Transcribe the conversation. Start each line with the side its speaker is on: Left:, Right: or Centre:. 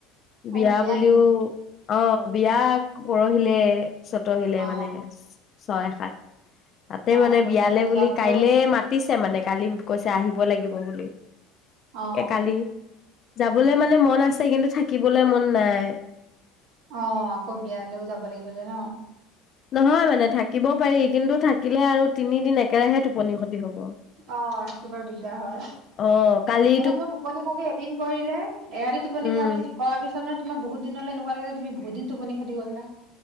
Left: বিয়া
Right: অ
Left: বুলিও-
Right: নেকি
Left: অ' বিয়া পৰহিলৈ ছতৈহিলৈ
Right: অ
Left: মানে। ছয় সাত, তাতে
Right: অ
Left: মানে
Right: ত
Left: বিয়ালে
Right: বিয়ালৈ
Left: বুলি
Right: যোৱা হবই
Left: কাইলে মা- মাতিছে মানে কালি কৈছে আহিব লাগিব বুলি
Right: অ
Left: এ কালি। যাবলৈ মানে মন আছে কিন্তু থাকিবলৈ মন নাই।
Right: অ' আকৌ বিয়া লৈও যাব লাগিব ন'।
Left: নহয় মানে থাকিব পাৰি কিন্তু থাকিলে আৰু তিনিদিন একেৰাহে টোপনি ক্ষতি। হব
Right: অ' সেইটো বাৰু দিগদাৰ হয়।
Left: অ' কালি
Right: মানে তোমাৰ টোপনি ক্ষতি এদিন কৰিলে এৰাতিৰ টোপনি
Left: উম
Right: ক্ষতি কৰাৰ পিছত মানে- তোমাৰ বহুত দিনলৈ এনেকুৱা লাগে যে তুমি বহুদিন টোপনি ক্ষতি কৰিলা।